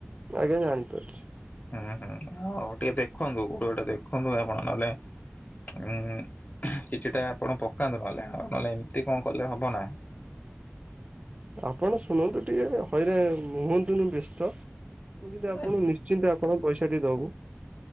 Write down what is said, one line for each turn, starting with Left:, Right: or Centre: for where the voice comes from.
Right: ମୁଁ ଆଜ୍ଞା ଜାଣିପାରୁଛି।
Left: ହୁଁ ହୁଁ ହୁଁ ମୁଁ ହଉ ଟିକେ ଦେଖନ୍ତୁ କୋଉଟ ଗୋଟେ ଦେଖନ୍ତୁ ଆପଣ ନହେଲେ ଉଁ ହୁଁ ହାଁ କିଛିଟା ଆପଣ ପକାନ୍ତୁ ନହେଲେ ଆଉ ନହେଲେ ଏମିତି କଣ କଲେ ହବ ନା।
Right: ଆପଣ ଶୁଣନ୍ତୁ ଟିକେ ହଇରା ହୁଅନ୍ତୁନୁ ବ୍ୟସ୍ତ। ମୁଁ କିନ୍ତୁ
Left: ନାଇଁ
Right: ଆପଣ ନିଶ୍ଚିନ୍ତ ଆପଣଙ୍କ ପଇସାଟି ଦବୁ।